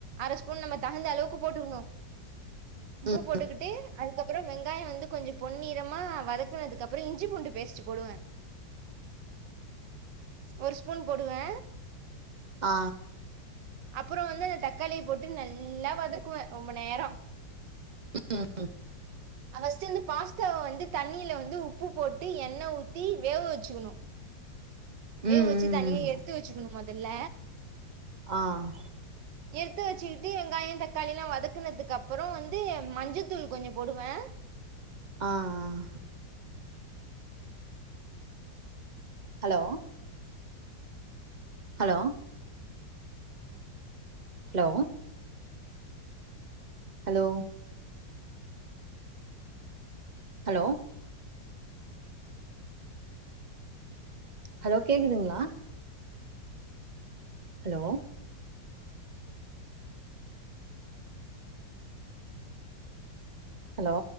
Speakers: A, on the right; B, on the right.
A: அரஸ்பூன் நம்ம தகுந்த அளவுக்கு போட்டுக்குணூ உப்பு
B: ம்
A: போட்டுகுட்டூ அதுக்கப்பறோ வெங்காயோ வந்து கொஞ்சொ பொன் நிறமா வதக்குனதுக்கப் அப்புறொ இ்ஞ்சிப்பூண்டு பேஸ்ட்டு போடுவே ஒரு ஸ்பூன் போடுவே
B: ஆ
A: அப்பறோ வந்து அந்த தக்காளிய போட்டு நல்லா வதக்குவே ரொம்ப நேரோ
B: ம் ம்
A: அவஸ்ட்டு வந்து பாஸ்தாவ வந்து தண்ணியில வந்து உப்பு போட்டு எண்ண ஊத்தி வேவ வச்சுக்கணூ வேவ
B: ம்
A: வச்சி
B: ம்
A: தனியா
B: ம்
A: எடுத்து வச்சுக்கணு மொதல்ல
B: ஆஹ்
A: எடுத்து வச்சுகிட்டு வெங்காயோ தக்காளிலா வதக்குனதுக்கு அப்பறோ வந்து மஞ்சத்தூள் கொஞ்சொ போடுவே
B: ஆஹ் ஆஹ் hello hello hello hello hello hello கேக்குதுங்ளா ஹலோ ஹலோ